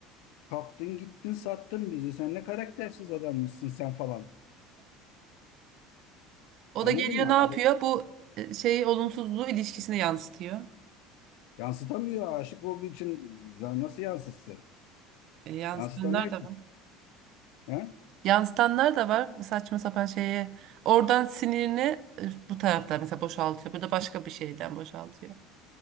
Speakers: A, on the left; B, on the right.
A: Kalktın gittin sattın bizi. Sen ne karaktersiz adammışsın sen falan.
B: O
A: Anladın
B: da geliyor
A: mı?
B: ne yapıyor?
A: Bu
B: Bu e, şeyi olumsuzluğu ilişkisine yansıtıyor.
A: yansıtamıyor aşık olduğu için za- nasıl yansıtsın?
B: E, yansıtanlar
A: Yansıtamıyor
B: da
A: ki.
B: var.
A: He?
B: Yansıtanlar da var bu saçma sapan şeye. Oradan sinirini e, bu tarafta mesela boşaltıyor. Bu da başka bir şeyden boşaltıyor.